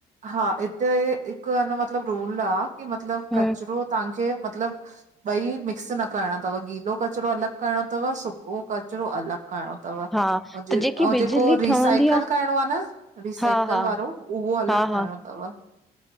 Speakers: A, on the right; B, in the centre.
A: हा इते हिकु अनि मतिलबु रूल आ कि, मतिलब कचिरो
B: हम्म
A: तव्हांखे मतिलबु ॿई मिक्स न करणा तवु, गीलो कचिरो अलॻि करणो तवि, सुको कचरो अलॻि। करणो तव,
B: हा त जेकी
A: औं
B: बिजली
A: जेको रिसाइकल
B: ठहंदी आहे
A: करणों आ न? रिसाइकल
B: हा हा
A: वारो उहो अलॻि
B: हा
A: करणों
B: हा
A: तव।